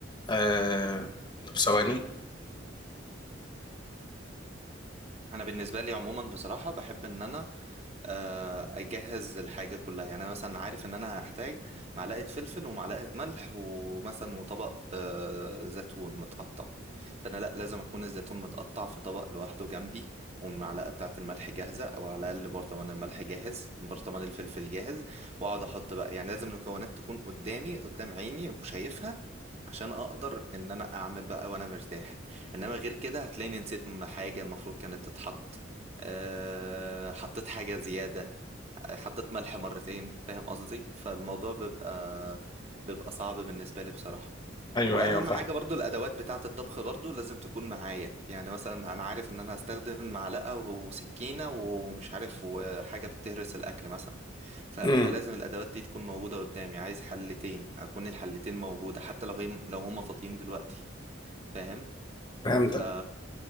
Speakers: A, on the left; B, on the right.
A: آه... طب ثواني
B: انا بالنسبة لي عموما بصراحة بحب ان انا آه، اجهز الحاجه كلها يعني انا مثلا عارف ان انا هحتاج معلقه فلفل ومعلقه ملح ومثلا وطبق آه، زيتون متقطع فانا لا لازم اكون الزيتون متقطع في طبق لوحده جنبي والمعلقه بتاعه الملح جاهزه او على الاقل برطمان الملح جاهز برطمان الفلفل جاهز واقعد احط بقى يعني لازم المكونات تكون قدامي قدام عيني وشايفها عشان اقدر ان انا اعمل بقى وانا مرتاح انما غير كده هتلاقيني نسيت حاجه المفروض كانت تتحط آه، حطيت حاجة زيادة حطيت ملح مرتين فاهم قصدي فالموضوع بيبقى بيبقى صعب بالنسبة لي بصراحة
A: ايوه
B: وأهم
A: ايوه فاهم
B: حاجة برضو الأدوات بتاعة الطبخ برضو لازم تكون معايا يعني مثلا أنا عارف إن أنا هستخدم معلقة وسكينة ومش عارف وحاجة بتهرس الأكل مثلا ف- فلازم
A: امم
B: الأدوات دي تكون موجودة قدامي عايز حلتين أكون الحلتين موجودة حتى لو هي لو هما فاضيين دلوقتي فاهم
A: فهمتك
B: ف